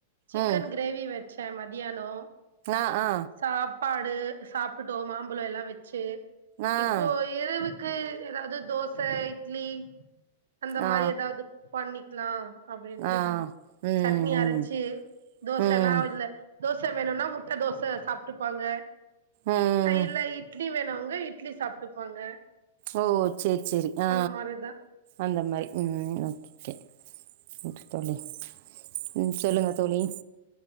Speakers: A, on the right; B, on the right.
A: சிக்கன்
B: ம்
A: கிரே கிரேவி வச்ச மதியானம்
B: அ அ
A: சாப்பாடு சாப்ட்டுட்டோம் மாம்பழம் எல்லா வச்சு
B: ஆ
A: இப்போ இரவுக்கு ஏதாவது தோச இட்லி அந்த
B: ஆ
A: மாரி இது பண்ணிக்கலா அப்டின்ட்டு
B: ஆ ம்
A: சட்னி
B: ம்
A: அரச்சு தோசைன்னா
B: ம்
A: இல்ல தோச வேணுனா முட்டை தோசை சாப்ட்டுப்பாங்க
B: ம்
A: இல்ல இ இட்லி வேணுவுங்க இட்லி சாப்ட்டுப்பாங்க
B: ஓ சேரி சேரி அ
A: அந்த மாரிதா
B: அந்த மாரி ம் ஓகே ஓகே தோழி ம் சொல்லுங்க தோழி